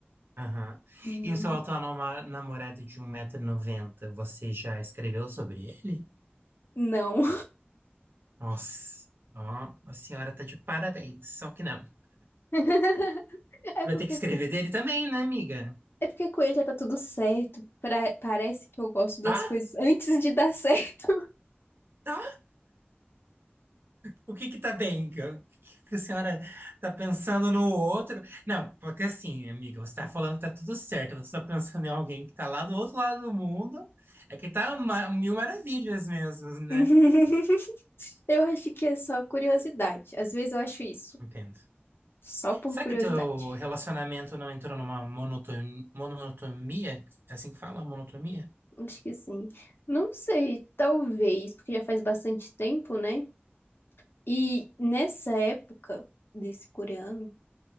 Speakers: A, on the right; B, on the left.
A: Aham.
B: Hum,
A: E o seu atual nama- namorado de um 190 noventa, você já escreveu sobre ele?
B: Não.
A: Nossa, ó, a senhora tá de parabéns, só que não.
B: <laughs> É
A: Vai
B: porque,
A: ter que escrever
B: co-
A: dele também, né, amiga?
B: é porque com ele já tá tudo certo. pra- parece que eu gosto das
A: Tá?
B: coisas antes de dar certo.
A: Tá? O que que tá bem? O que que a senhora tá pensando no outro? Não, porque assim, amiga, você tá falando que tá tudo certo, você tá pensando em alguém que tá lá do outro lado do mundo, é que tá ma- mil maravilhas mesmo, né?
B: <laughs> Eu acho que é só curiosidade. Às vezes eu acho isso.
A: Entendo.
B: Só por
A: Será
B: curiosidade.
A: que o teu relacionamento não entrou numa monoton- monotonia? É assim que fala? Monotonia?
B: Acho que sim. Não sei, talvez, porque já faz bastante tempo, né? E nessa época desse coreano.